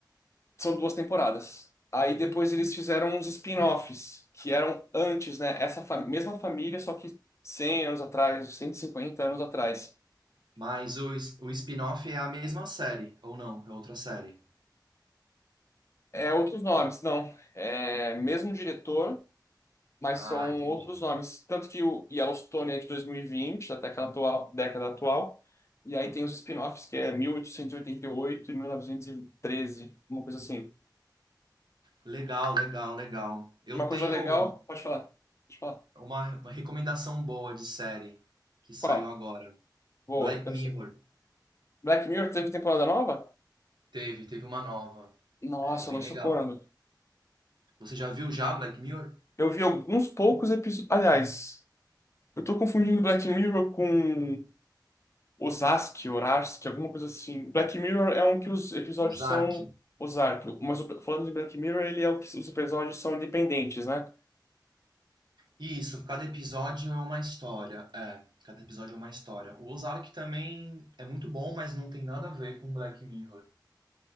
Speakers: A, on the left; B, on the right.
A: São duas temporadas. Aí depois eles fizeram uns spin-offs que eram antes, né? Essa fa- mesma família, só que 100 anos atrás, 150 anos atrás.
B: mas o, es- o spin-off é a mesma série, ou não? É outra série.
A: É outros nomes, não. É mesmo diretor mas
B: Ah,
A: são
B: entendi.
A: outros nomes. Tanto que o Yellowstone é de 2020, da década atual, década atual. E aí tem os spin-offs, que é mil oitocentos e oitenta e e e oito mil novecentos e treze uma coisa assim.
B: Legal, legal, legal. Eu
A: Uma coisa
B: tenho
A: legal, pode falar. Pode falar.
B: uma, uma recomendação boa de série que saiu
A: Qual?
B: agora.
A: Boa,
B: Black
A: quero
B: Mirror.
A: saber. Black Mirror teve temporada nova?
B: Teve, teve uma nova.
A: Nossa,
B: É bem
A: lançou
B: legal.
A: quando?
B: Você já viu já Black Mirror?
A: Eu vi alguns poucos episódios. Aliás, eu tô confundindo Black Mirror com Osaski, Orarsk, alguma coisa assim. Black Mirror é um que os episódios
B: Ozark.
A: são Ozark, mas o- falando de Black Mirror, ele é o que os episódios são independentes, né?
B: Isso, cada episódio é uma história. É, cada episódio é uma história. O Ozark também é muito bom, mas não tem nada a ver com Black Mirror.